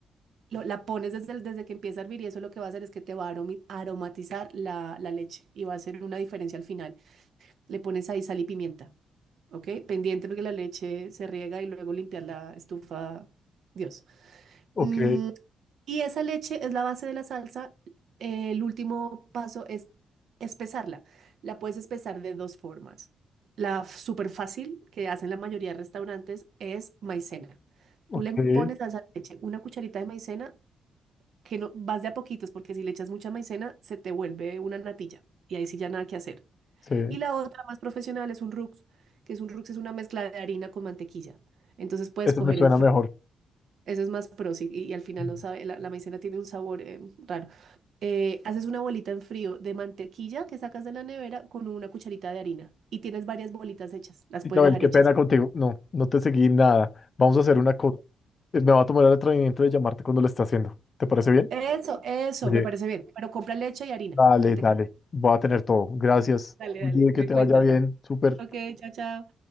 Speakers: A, on the right; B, on the left.
A: Lo- la pones desde, el- desde que empieza a hervir y eso lo que va a hacer es que te va a aromi- aromatizar la, la leche y va a hacer una diferencia al final. Le pones ahí sal y pimienta, ¿ok? Pendiente porque la leche se riega y luego limpiar la estufa, Dios.
B: ok,
A: Mm, y esa leche es la base de la salsa. Eh, El último paso es espesarla. La puedes espesar de dos formas. La f- súper fácil que hacen la mayoría de restaurantes es maicena.
B: ok,
A: Tú le pones
B: sí,
A: a esa leche una cucharita de maicena, que no vas de a poquitos, porque si le echas mucha maicena, se te vuelve una natilla. Y ahí sí ya nada que hacer.
B: sí,
A: Y la otra más profesional es un rux que es un rux es una mezcla de harina con mantequilla. Entonces puedes
B: eso
A: coger
B: me suena
A: en frío.
B: mejor.
A: Eso es más pro, sí, y, y al final
B: Mm.
A: no sabe, la, la maicena tiene un sabor eh, raro. Eh, haces una bolita en frío de mantequilla que sacas de la nevera con una cucharita de harina y tienes varias bolitas hechas, las
B: Isabel,
A: puedes dejar
B: qué
A: hechas.
B: pena contigo. No, no te seguí nada. Vamos a hacer una cosa. Eh, Me va a tomar el atrevimiento de llamarte cuando lo esté haciendo. ¿Te parece bien?
A: Eso, eso,
B: Oye,
A: me parece bien. Pero compra leche y harina,
B: dale,
A: mantequilla.
B: dale. Voy a tener todo. Gracias.
A: Dale,
B: Oye,
A: dale,
B: que
A: me
B: te
A: cuentas.
B: vaya bien. Súper.
A: Ok, chao, chao.